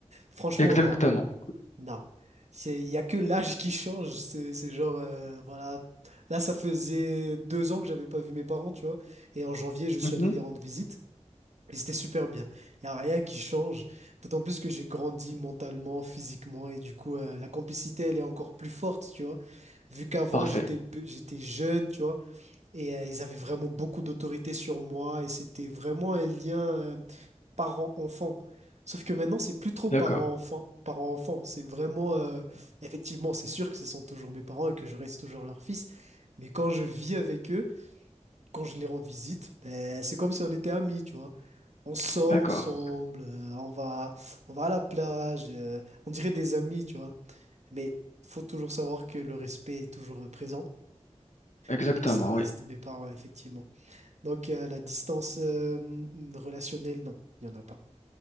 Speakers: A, on the right; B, on the left.
A: Franchement,
B: exactement.
A: non, non. C'est, il y a que l'âge qui change. C'est, c'est genre, euh, voilà. Là, ça faisait deux ans que j'avais pas vu mes parents, tu vois. Et en janvier, je suis
B: Mhm.
A: allé les rendre visite. Et c'était super bien. Il y a rien qui change. D'autant plus que j'ai grandi mentalement, physiquement, et du coup, euh, la complicité, elle est encore plus forte, tu vois. Vu qu'avant,
B: Parfait.
A: j'étais, pe- j'étais jeune, tu vois. Et euh, ils avaient vraiment beaucoup d'autorité sur moi et c'était vraiment un lien euh, parent-enfant. Sauf que maintenant, c'est plus trop
B: D'accord,
A: parent-enfant, parent-enfant. C'est vraiment, euh, effectivement, c'est sûr que ce sont toujours mes parents et que je reste toujours leur fils. Mais quand je vis avec eux, quand je les rends visite, ben, c'est comme si on était amis, tu vois. On sort
B: d'accord.
A: ensemble, euh, on va, on va à la plage, euh, on dirait des amis, tu vois. Mais faut toujours savoir que le respect est toujours présent
B: Exactement,
A: et que ça reste
B: oui.
A: mes parents, effectivement. Donc, euh, la distance euh, mm, relationnelle, non, il n'y en a pas.